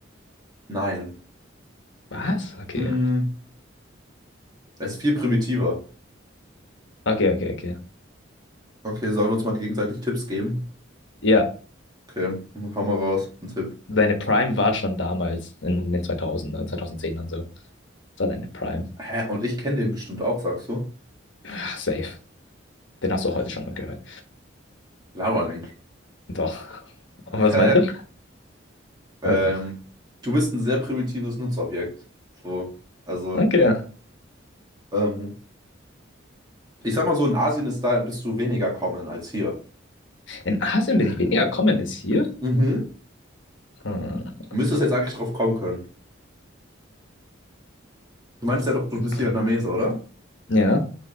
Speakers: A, on the right (about 20°); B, on the left (about 70°).
A: Nein.
B: Was? Okay.
A: Hm, es ist viel primitiver.
B: Okay, okay, okay.
A: Okay, sollen wir uns mal gegenseitig Tipps geben?
B: Ja,
A: Okay, dann hau mal raus, ein Tipp.
B: deine Prime war schon damals, in den 2000ern, 2010ern so. Das war deine Prime.
A: Hä? Und ich kenne den bestimmt auch, sagst du?
B: Ah, safe. Den hast du auch heute schon mal gehört.
A: Laber nicht.
B: Doch.
A: <laughs>
B: Und was
A: Hä?
B: meint ihr?
A: Ähm,
B: Also,
A: du bist ein sehr primitives Nutzobjekt. So. Also,
B: okay.
A: ähm, ich sag mal so, in Asien ist da bist du weniger common als hier.
B: In Asien bin ich weniger common als hier.
A: Mhm.
B: Hm,
A: Müsstest jetzt eigentlich drauf kommen können. Du meinst ja doch, du
B: im
A: bist
B: Prim-
A: Vietnamese, oder?
B: Ja,